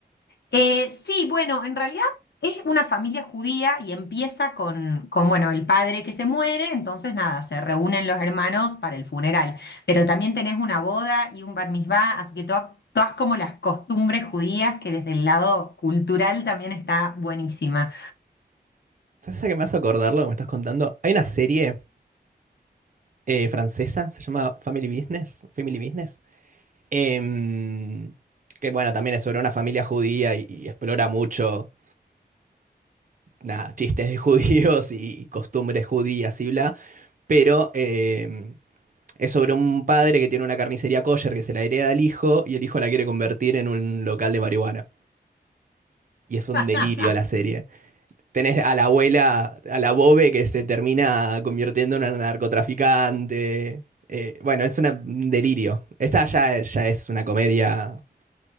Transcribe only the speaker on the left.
eh, sí, bueno, en realidad es una familia judía y empieza con, con, bueno, el padre que se muere, entonces nada, se reúnen los hermanos para el funeral, pero también tenés una boda y un bat mitzvah, así que to- todas como las costumbres judías que desde el lado cultural también está buenísima.
<laughs>